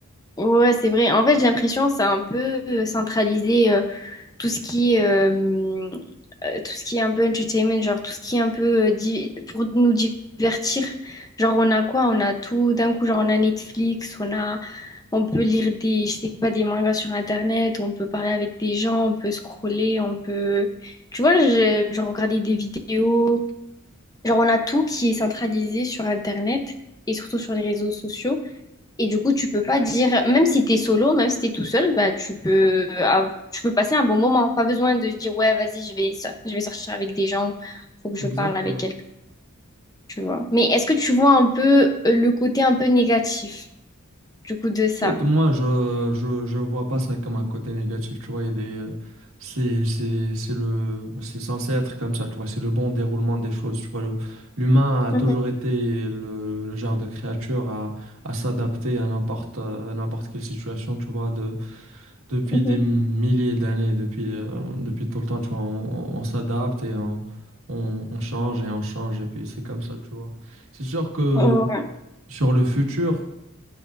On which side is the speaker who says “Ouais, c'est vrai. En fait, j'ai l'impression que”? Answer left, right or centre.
Left